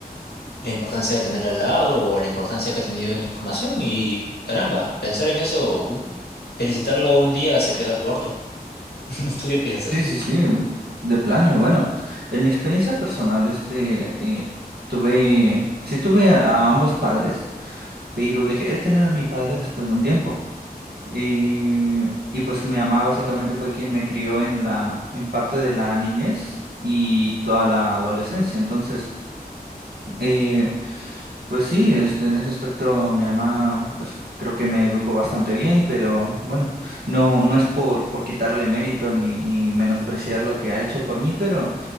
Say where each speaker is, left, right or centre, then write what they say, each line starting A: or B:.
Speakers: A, on the left; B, on the right.
A: la importancia de tenerla al lado o la importancia que ha tenido en tu formación. Y caramba, pensar en eso, un- felicitarla un día se queda corto. <laughs> ¿Tú qué piensas?
B: Sí, sí, sí, de plano. Bueno, en mi experiencia personal, este, eh, tuve, sí tuve a, a ambos padres, pero dejé de tener a mi padre después de un tiempo. Y, y pues mi mamá básicamente fue quien me crió en la, en parte de la niñez y toda la adolescencia. Entonces, eh, Pues sí, este, en ese aspecto mi mamá, pues creo que me educó bastante bien, pero bueno, no, no es por, por quitarle mérito ni, ni menospreciar lo que ha hecho por mí, pero